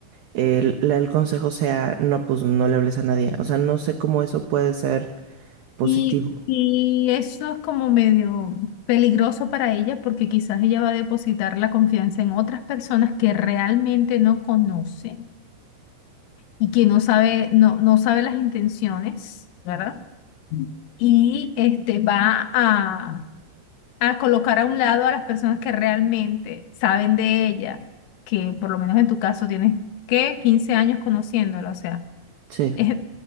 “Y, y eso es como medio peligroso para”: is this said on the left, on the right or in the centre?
Left